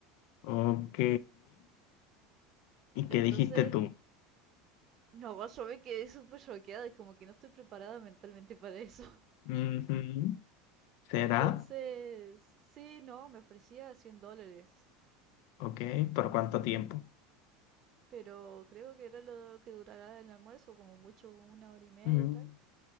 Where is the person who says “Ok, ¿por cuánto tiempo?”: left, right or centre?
Left